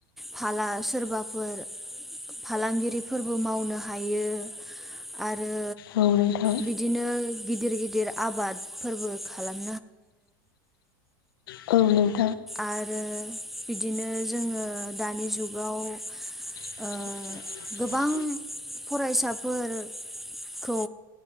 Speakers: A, in the centre; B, on the left (about 85°).
A: फाला सोरबाफोर फालांगिरि फोरबो मावनो हायो। आरो
B: औ नोंथां
A: बिदिनो गिदिर गिदिर आबादफोरबो खालामो
B: औ नंगौ।
A: आरो बिदिनो जोङो दानि जुगाव
B: <inaudible>
A: ओ गोबां फरायसाफोरखौ